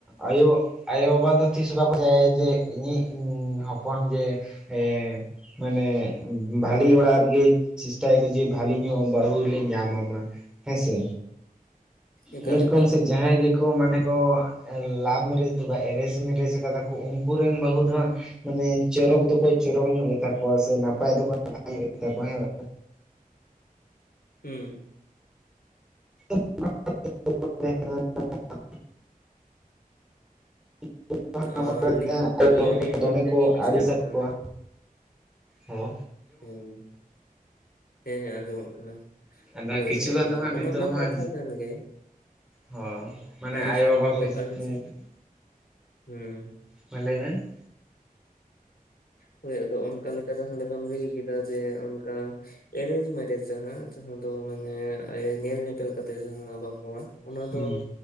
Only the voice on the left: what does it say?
ᱮᱠᱟᱞ
ᱮᱠᱟᱞ
ᱦᱩᱸ
ᱟᱨ ᱞᱟᱹᱭᱫᱟᱹᱧ ᱤᱭᱟᱹ ᱱᱮᱴᱣᱟᱨᱠ
ᱡᱟᱹᱱᱤᱡ
ᱰᱤᱥᱴᱟᱵ
ᱮᱫ ᱛᱟᱢᱟᱭ
ᱦᱮᱸ ᱦᱮᱸ ᱟᱸᱡᱚᱢᱚᱜ ᱠᱟᱱᱟ
ᱦᱳᱭ
ᱟᱫᱚ
ᱚᱱᱟ ᱢᱟ
ᱠᱟᱛᱷᱟ ᱠᱟᱱ ᱜᱮ
ᱟᱹᱰᱤ
ᱥᱚᱢᱚᱭ
ᱠᱚ ᱟᱹᱰᱤ ᱦᱩᱸ
ᱦᱳᱭ ᱟᱫᱚ ᱚᱱᱠᱟ ᱞᱮᱠᱟ ᱡᱟᱦᱟᱸ ᱞᱮᱠᱟᱢ ᱞᱟᱹᱭ ᱠᱮᱫᱟ ᱡᱮ ᱚᱱᱠᱟ ᱾ ᱮᱨᱮᱧᱡᱽ ᱢᱮᱨᱮᱡᱽ ᱡᱟᱦᱟᱸ ᱡᱟᱦᱟᱸ ᱫᱚ ᱢᱟᱱᱮ ᱧᱮᱞ ᱧᱮᱯᱮᱞ ᱠᱟᱛᱮ ᱡᱟᱦᱟᱸ ᱵᱟᱯᱞᱟ ᱾ ᱚᱱᱟ
ᱫᱚ